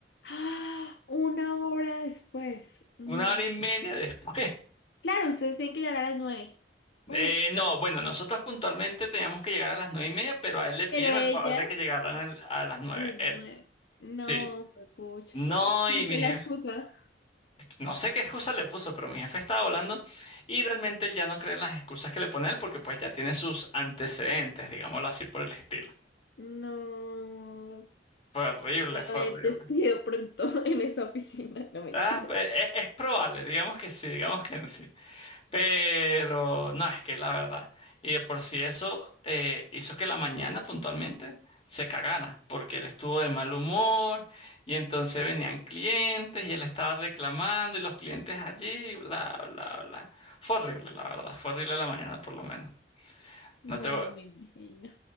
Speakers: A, on the left; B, on the left.
A: ¡Ah! Una hora después. No.
B: una hora y media después. <laughs>
A: Claro, ustedes tienen que llegar a las 9. Uf.
B: Eh, no, bueno, nosotros puntualmente teníamos que llegar a las nueve y media, pero a él le pidieron
A: Pero ella,
B: el favor de que llegaran el- a las nueve,
A: a las
B: él.
A: 9. No,
B: Sí.
A: pucha.
B: No,
A: ¿Y
B: y
A: cuál
B: mi
A: fue la
B: jefe,
A: excusa?
B: no sé qué excusa le puso, pero mi jefe estaba volando y realmente él ya no cree en las excusas que le pone él porque pues ya tiene sus antecedentes, digámoslo así por el estilo.
A: No.
B: Fue horrible,
A: Va
B: fue
A: a haber
B: horrible.
A: despido pronto <laughs> en esa oficina. No, mentira.
B: Ah, e- e- es, probable, digamos que sí, digamos que sí. Pero no, es que la verdad. Y de por sí eso eh, hizo que la mañana puntualmente se cagara, porque él estuvo de mal humor y entonces venían clientes y él estaba reclamando y los clientes allí, bla, bla, bla. Fue horrible, la verdad. Fue horrible la mañana, por lo menos.
A: No,
B: No te voy-
A: me imagino.